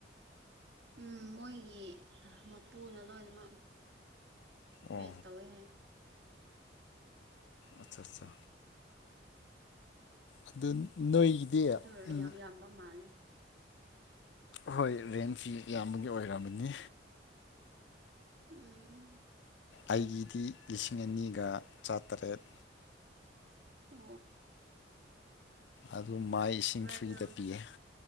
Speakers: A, on the right (about 70°); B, on the left (about 70°).
A: ꯎꯝ ꯃꯣꯏꯒꯤ ꯃꯄꯨꯅ ꯂꯣꯏꯅꯃꯛ
B: ꯑꯣ
A: ꯄꯦꯠ ꯇꯧꯋꯦ ꯍꯥꯏ
B: ꯑꯆꯥ ꯑꯠꯆꯥ ꯑꯗꯨ ꯅꯣꯏꯒꯤꯗꯤ
A: ꯑꯗꯨ ꯑꯣꯏꯔ
B: ꯎꯝ
A: ꯌꯥꯝ ꯌꯥꯝꯕ ꯃꯥꯜꯂꯦ
B: ꯍꯣꯏ ꯔꯦꯟꯁꯤ ꯌꯥꯝꯕꯒꯤ ꯑꯣꯏꯔꯔꯕꯅꯤ
A: ꯎꯝ
B: ꯑꯩꯒꯤꯗꯤ ꯂꯤꯁꯤꯡ ꯑꯅꯤꯒ ꯆꯥꯇꯔꯦꯠ
A: ꯑ
B: ꯑꯗꯨ ꯃꯥꯏ ꯏꯁꯤꯡ ꯐ꯭ꯔꯤꯗ
A: ꯑꯗꯣ
B: ꯄꯤꯌꯦ